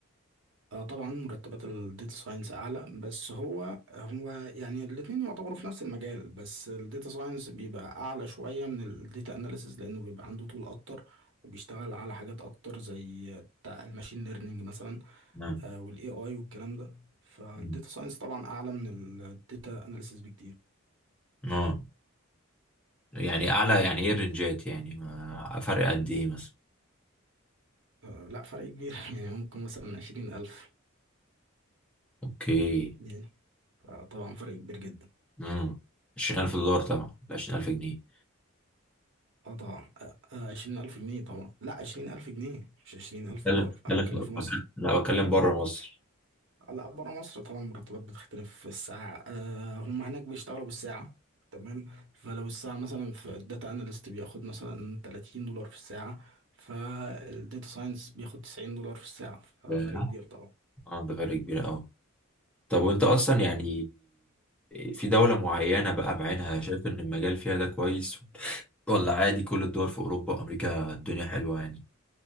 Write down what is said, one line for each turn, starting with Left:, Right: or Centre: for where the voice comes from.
Right: آه، طبعا مرتبات الداتا ساينس اعلى بس هو هو يعني الاتنين يعتبروا في نفس المجال بس الداتا ساينس بيبقى اعلى شوية من الداتا اناليسز لانه بيبقى عنده طول اكتر وبيشتغل على حاجات اكتر زي الماشين ليرنينج مثلا
Centre: امم
Right: آه، والاي اي والكلام ده فالديتا
Centre: أمم.
Right: ساينس طبعا اعلى من الديتا اناليسيس بكتير
Centre: اه يعني اعلى يعني ايه الرنجات يعني ما فرق قد ايه مثلا
Right: آه، لا فرق كبير <laughs> يعني ممكن مثلا عشرين ألف
Centre: اوكي
Right: يعني آه، طبعا فرق كبير جدا
Centre: امم 20000 دولار طبعا 20000 جنيه
Right: اه طبعا آه، آه، عشرين ألف جنيه طبعا لا عشرين ألف جنيه مش عشرين ألف
Centre: بتكلم
Right: دولار أنا
Centre: بتكلم
Right: بتكلم في مصر
Centre: لا بتكلم بره مصر
Right: آه، لا بره مصر طبعا المرتبات بتختلف في الساعة آه هم هناك بيشتغلوا بالساعة تمام فلو الساعة مثلا في الداتا اناليست بياخد مثلا 30 دولار في الساعة فالديتا ساينس بياخد 90 دولار في الساعة
Centre: أمم.
Right: فرق كبير طبعا
Centre: اه ده فرق كبير قوي طب وانت اصلا يعني في دولة معينة بقى بعينها شايف ان المجال فيها ده كويس ولا عادي كل الدول في اوروبا وامريكا الدنيا حلوة يعني